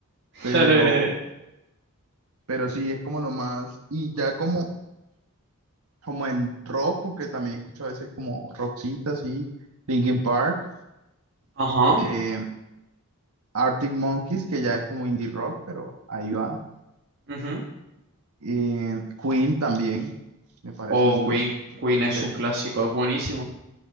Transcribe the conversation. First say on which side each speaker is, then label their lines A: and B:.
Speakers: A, on the right; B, on the right.
A: <laughs>
B: pero, pero sí, es como lo más, y ya como como en rock, porque también escucho a veces como Roxita, así, Linkin Park,
A: Ajá.
B: eh, Arctic Monkeys, que ya es como indie rock, pero ahí va.
A: ujú.
B: Eh, Queen también, me parece
A: O
B: muy,
A: Queen. Queen
B: muy
A: es
B: chévere.
A: un clásico, es buenísimo.